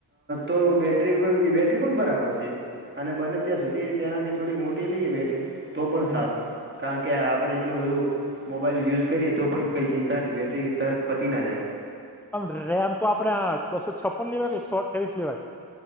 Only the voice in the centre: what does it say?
હમ
અને રેમ તો આપડે બસો છપ્પન લેવાય કે એકસો અઠ્યાવીસ લેવાય <unintelligible>